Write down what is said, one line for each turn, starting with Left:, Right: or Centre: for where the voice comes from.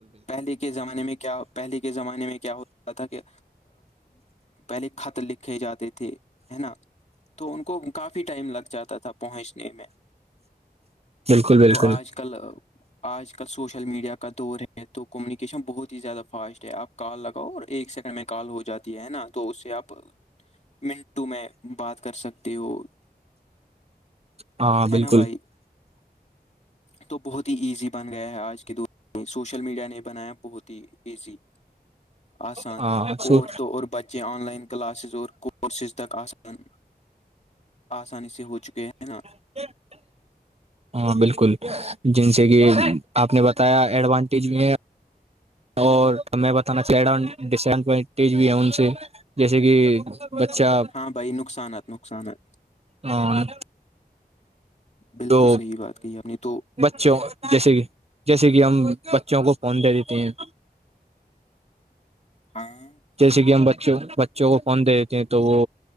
Left: پہلے کے زمانے میں کیا پہلے کے زمانے میں کیا ہوتا تھا کہ پہلے خط لکھے جاتے تھے تھے ہے نا تو ان کو کافی ٹائم لگ جاتا تھا پہنچنے میں
Right: بالکل بالکل
Left: تو آج کل آج کل س سوشل میڈیا کا دور ہے تو کمیونیکیشن بہت ہی زیادہ فاسٹ ہے آپ کال لگاؤ اور ایک سیکنڈ میں کال ہو جاتی ہے نا تو اس سے آپ منٹو میں بات کر سکتے ہو
Right: ہاں
Left: ہے
Right: بالکل
Left: نا بھائی تو بہت ہی ایزی بن گیا ہے آج کے دور میں سوشل میڈیا نے بنایا بہت ہی ایسی آسان
Right: ہاں سو
Left: اور تووں اور بچ یہ آن لائن کلاسز اور کورسز تک آسان آسانی سے ہو چکے ہیں نا
Right: <inaudible> ہاں بالکل جن سے کہ آپ نے بتایا ایڈوانٹیج بھی ہے اور میں بتانا چاہ رہا ہوں ڈس ایڈوینٹیج بھی ہے ان سے جیسے کہ بچہ
Left: ہاں بھائی نقصانات نقصانات
Right: ہاں <unintelligible>
Left: بالکل
Right: تو
Left: صحیح بات کہی آپ نے تو
Right: بچوں جیسے کہ جیسے کہ ہم بچوں کو فون دے دیتے ہیں
Left: ہاں تو
Right: جیسے کہ ہم بچوں بچوں کو فون دے دیتے ہیں تو وہ